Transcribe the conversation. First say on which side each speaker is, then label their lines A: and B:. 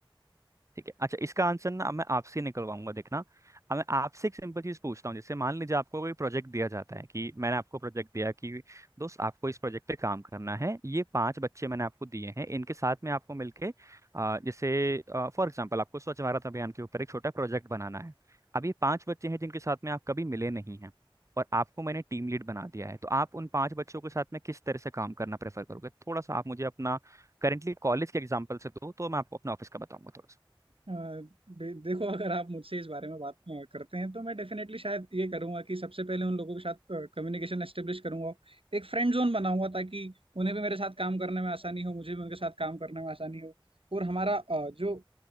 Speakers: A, on the right; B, on the right.
A: ठीक है अच्छा इसका आंसर ना अब मैं आपसे निकलवाऊंगा देखना अब मैं आपसे एक सिंपल चीज पूछता हूँ जैसे मान लीजिए आपको कोई प्रोजेक्ट दिया जाता है कि मैंने आपको प्रोजेक्ट दिया कि दोस्त आपको इस प्रोजेक्ट पे काम करना है ये पांच बच्चे मैंने आपको दिए हैं इनके साथ में आपको मिलके अ, जैसे फॉर एग्जांपल आपको स्वच्छ भारत अभियान के ऊपर एक छोटा प्रोजेक्ट बनाना है अब ये पांच बच्चे हैं जिनके साथ में आप कभी मिले नहीं हैं और आपको मैंने टीम लीड बना दिया है तो आप उन पांच बच्चों के साथ में किस तरह से काम करना प्रेफर करोगे थोड़ा सा आप मुझे अपना करेंटली कॉलेज के एग्जाम्पल से दो तो मैं आपको अपने ऑफिस का बताऊंगा थोड़ा सा
B: अ, दे, देखो अगर आप मुझसे इस बारे में बात अ, करते हैं तो मैं डेफिनेटली शायद ये करूंगा कि सबसे पहले उन लोगों के साथ कम्युनिकेशन एस्टेब्लिश करूंगा एक फ्रेंड जोन बनाऊंगा ताकि उन्हें भी मेरे साथ काम करने में आसानी हो मुझे भी उनके साथ काम करने में आसानी हो और हमारा अ, जो